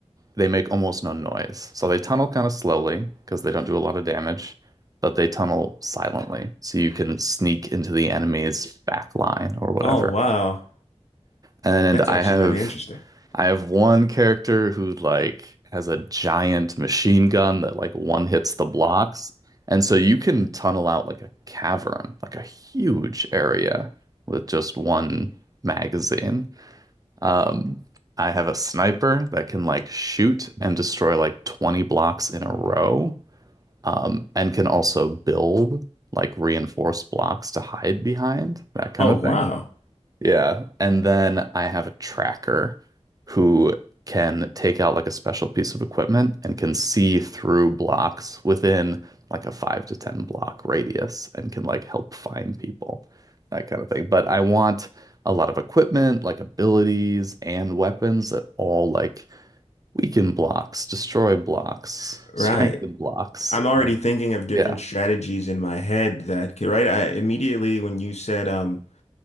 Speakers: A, on the right; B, on the left.
A: they make almost no noise. So they tunnel kind of slowly because they don't do a lot of damage, but they tunnel silently. So you can sneak into the enemy's back line or whatever.
B: Oh, wow.
A: And
B: That's
A: I
B: actually
A: have
B: really interesting. <laughs>
A: I have one character who like has a giant machine gun that like one hits the blocks. And so you can tunnel out like a cavern, like a huge area with just one magazine. Um, I have a sniper that can like shoot and destroy like 20 blocks in a row, um, and can also build like reinforced blocks to hide behind, that kind
B: Oh,
A: of
B: wow.
A: thing. Yeah. And then I have a tracker who can take out like a special piece of equipment and can see through blocks within like a five to 10 block radius and can like help find people, that kind of thing. But I want a lot of equipment, like abilities and weapons that all like weaken blocks, destroy blocks,
B: Right.
A: strengthen blocks.
B: I'm already
A: And
B: thinking of different
A: yeah,
B: strategies in my head that can, right? I immediately when you said um